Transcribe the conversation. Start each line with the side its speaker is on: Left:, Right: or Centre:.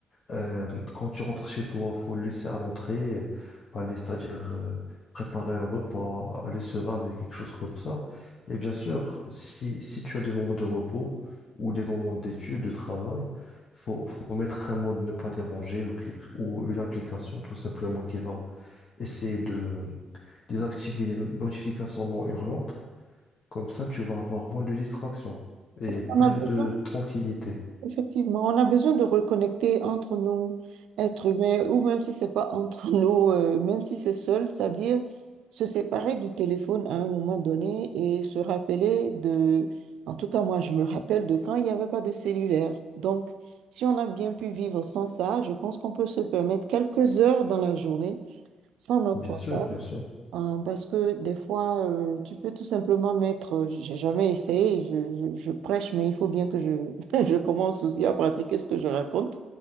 Left: Euh, quand tu rentres chez toi, faut le laisser à l'entrée, euh, aller, c'est-à-dire euh, préparer un repas, aller se laver, quelque chose comme ça. Et bien sûr, si, si tu as des moments de repos ou des moments d'études, de travail, faut, faut mettre un mode ne pas déranger ou, quelque- ou une application tout simplement qui va essayer de désactiver les notifications non urgentes. Comme ça, tu vas avoir moins de distractions et plus
Right: On a beaucoup
Left: de tranquillité.
Right: Effectivement, on a besoin de reconnecter entre nous, êtres humains, ou même si c'est pas entre <laughs> nous, euh, même si c'est seul, c'est-à-dire se séparer du téléphone à un moment donné et se rappeler de, en tout cas moi je me rappelle de quand il n'y avait pas de cellulaire. Donc, si on a bien pu vivre sans ça, je pense qu'on peut se permettre quelques heures dans la journée sans notre
Left: Bien sûr,
Right: portable.
Left: bien sûr.
Right: Euh, parce que des fois, euh, tu peux tout simplement mettre, euh, j'ai jamais essayé, je, je- je prêche, mais il faut bien que je, <laughs> je commence aussi à pratiquer ce que je raconte.